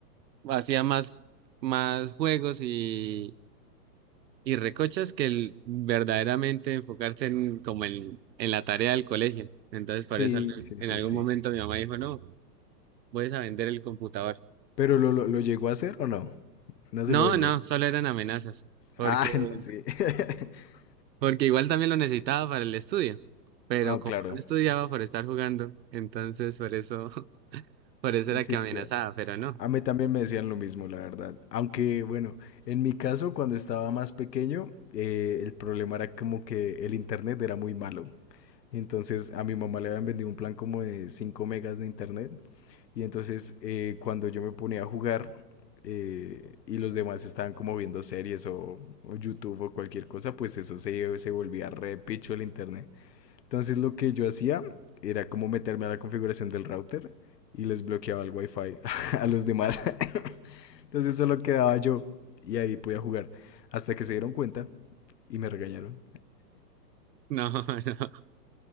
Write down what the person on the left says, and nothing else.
Sí,
sí,
sí,
sí.
¿Pero lo, lo, lo llegó a hacer o no? No
se lo vendió.
Ah, <laughs> no, sí. <laughs>
Ah,
claro.
Sí,
A mí también me decían lo mismo, la verdad. Aunque, bueno, en mi caso, cuando estaba más pequeño, eh, el problema era como que el internet era muy malo. Entonces, a mi mamá le habían vendido un plan como de 5 megas de internet. Y entonces, eh, cuando yo me ponía a jugar eh, y los demás estaban como viendo series o, o YouTube o cualquier cosa, pues eso se, se volvía re picho el internet. Entonces lo que yo hacía era como meterme a la configuración del router y les bloqueaba el wifi <laughs> a los demás. <laughs> Entonces solo quedaba yo y ahí podía jugar. Hasta que se dieron cuenta y me regañaron.